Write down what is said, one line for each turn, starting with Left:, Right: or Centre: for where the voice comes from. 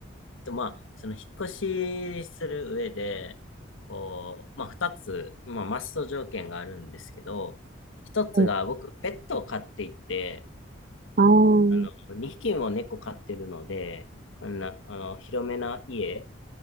Left: と、まあ、その、引っ越しする上で、こう、まあ、二つ、まあ、マスト条件があるんですけど、一つが、
Right: うん。
Left: 僕、ペットを飼っていて、
Right: ああ、は
Left: あの、2匹も猫飼ってるので、あんな、あの、広めな家